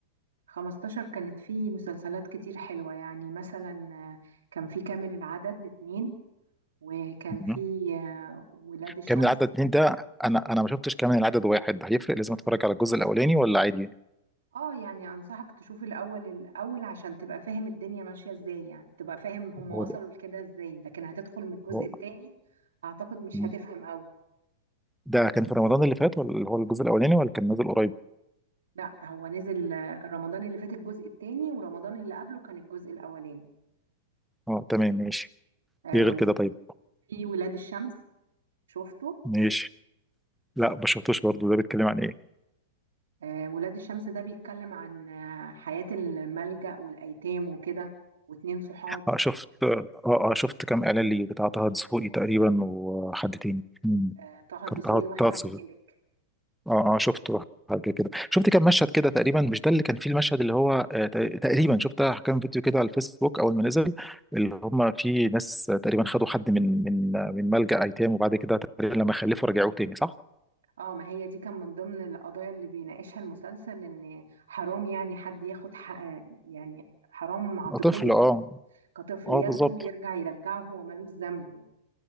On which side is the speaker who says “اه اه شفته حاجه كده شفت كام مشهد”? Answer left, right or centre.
Centre